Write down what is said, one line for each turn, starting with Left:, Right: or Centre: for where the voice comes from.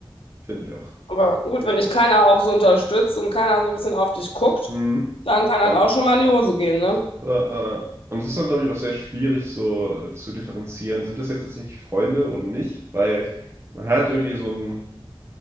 Right: finde ich auch.
Left: Aber gut, wenn dich keiner auch so unterstützt und keiner so ein bisschen auf dich guckt,
Right: Hm.
Left: dann kann
Right: Dann,
Left: halt auch schon mal in die Hose gehen, ne?
Right: äh, äh. äh. Und es ist dann, glaube ich, auch sehr schwierig so äh, zu differenzieren, sind das jetzt tatsächlich Freunde oder nicht? Weil man hat irgendwie so ein